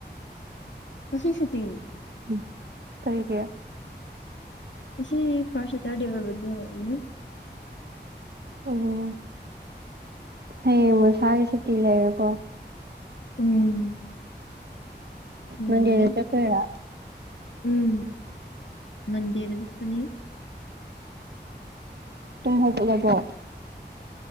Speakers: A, on the left; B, on the right.
A: ꯉꯥꯁꯤ ꯁꯨꯇꯤꯅꯦ
B: ꯎꯝ ꯁꯩ ꯀꯌꯥ
A: ꯃꯁꯤ ꯄꯥꯔꯁꯇ꯭ꯔ ꯗꯦꯕꯕꯅꯤ
B: ꯑꯣ ꯍꯌꯦꯡ ꯃꯁꯥꯒꯤ ꯁꯨꯇꯤ ꯂꯩꯔꯦꯀꯣ
A: ꯎꯝ
B: ꯃꯣꯟꯗꯦꯗ
A: ꯅꯤꯔꯦ
B: ꯆꯠꯇꯑꯣꯏꯔ
A: ꯎꯝ ꯃꯟꯗꯦꯗ ꯆꯠꯄꯅꯤ
B: ꯇꯨꯝ ꯍꯧꯒꯠꯂꯕꯣ